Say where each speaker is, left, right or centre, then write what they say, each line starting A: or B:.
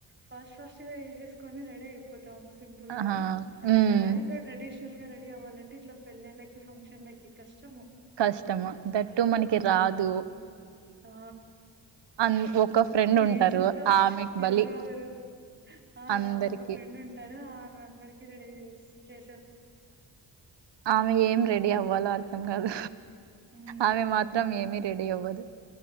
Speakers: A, on the right; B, on the right.
A: ఫాస్ట్ ఫాస్ట్ గా వేసేసుకొని రెడీ అయిపో తాము సింపుల్గా
B: ఆహా ఉమ్
A: శారీగా ట్రెడిష్ షనల్ రెడీ అవ్వాలంటే ఇట్లా పెళ్ళిళ్ళకి ఫంక్షన్లకి కష్టం
B: కష్టము దట్టు మనకి రాదు
A: ఆ!
B: అన్ ఒక ఫ్రెండ్ ఉంటారు
A: ఏం చేస్తావు
B: ఆమెకి బలి
A: ఎవరో ఓగరు ఆ
B: అందరికి
A: ఒక ఫ్రెండ్ ఉంటారు ఆమె అందరికి రెడీ చెస్ చే
B: ఆమె ఏం రెడి అవ్ వాలో అర్థం కాదు
A: హ్మ్.
B: ఆమె మాత్రం ఏమి రెడీ అవ్వదు